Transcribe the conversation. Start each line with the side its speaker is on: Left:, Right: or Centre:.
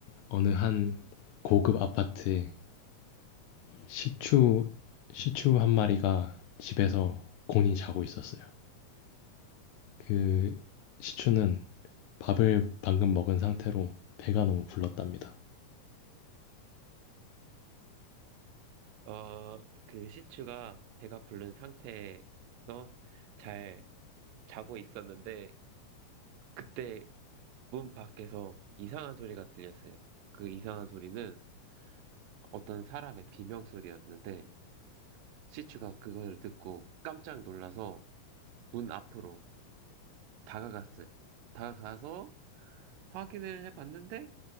Left: 어느 한 고급 아파트에 시추, 시추 한 마리가 집에서 곤히 자고 있었어요. 그 시추는 밥을 방금 먹은 상태로 배가 너무 불렀답니다.
Right: 어, 그 시추가 배가 부른 상태에서 잘 자고 있었는데, 그때 문 밖에서 이상한 소리가 들렸어요. 그 이상한 소리는 어떤 사람의 비명 소리였는데, 시추가 그걸 듣고 깜짝 놀라서 문 앞으로 다가갔어요. 다가가서 확인을 해봤는데,